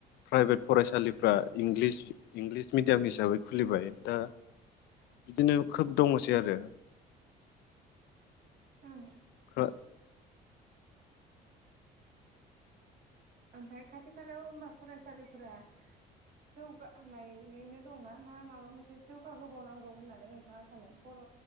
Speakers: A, on the left; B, on the right.
A: प्राइभेट फरायसालिफ्रा इंलिस मिडियाम हिसाबै खुलिबाय दा बिदिनो खोब दङसै आरो
B: ओं
A: औ
B: ओमफ्राय खाथि खालायाव होनबा फरायसालिफोरा जौगानायैनो दंना ना माबा मोनसे जौगाहोबावनांगौ होननानै नोंथाङा सानो बर'